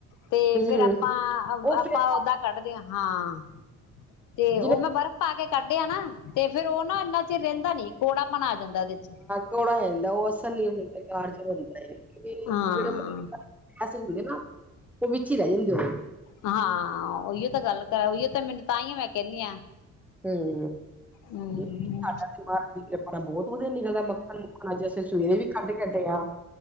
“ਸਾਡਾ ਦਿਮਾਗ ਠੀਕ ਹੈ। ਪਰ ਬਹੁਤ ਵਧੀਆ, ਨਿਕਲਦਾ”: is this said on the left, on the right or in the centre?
Centre